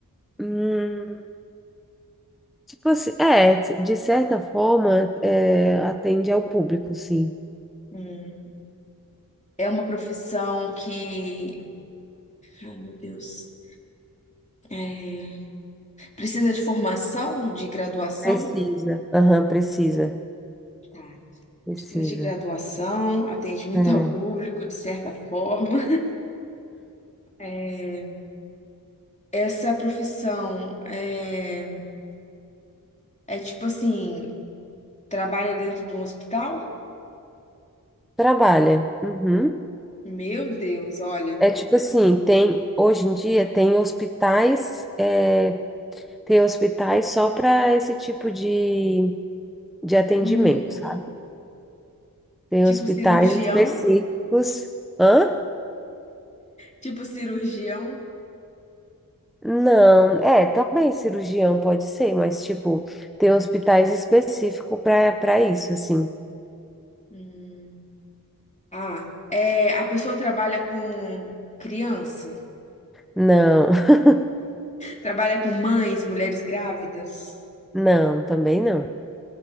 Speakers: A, in the centre; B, on the left (about 20°).
A: Hum, tipo assim, é, de certa forma, é, atende ao público, sim.
B: Hum, é uma profissão que, ai meu Deus, é, precisa de formação, de graduação?
A: Precisa, aham, precisa,
B: Tá,
A: precisa.
B: precisa de graduação, atendimento
A: É.
B: ao público, de certa forma. <laughs> É, essa profissão é, é tipo assim, trabalha dentro de um hospital?
A: Trabalha. Uhum.
B: Meu Deus, olha.
A: É tipo assim, tem hoje em dia tem hospitais, é, tem hospitais só para esse tipo de, de atendimento,
B: Hum,
A: sabe? Tem
B: tipo
A: hospitais
B: cirurgião,
A: específicos. Hã?
B: tipo cirurgião.
A: Não, é, também cirurgião pode ser, mas tipo, tem hospitais específicos para para isso, assim.
B: Hum. Ah, é, a pessoa trabalha com criança?
A: Não, <laughs>
B: Trabalha com mães, mulheres grávidas.
A: não, também não.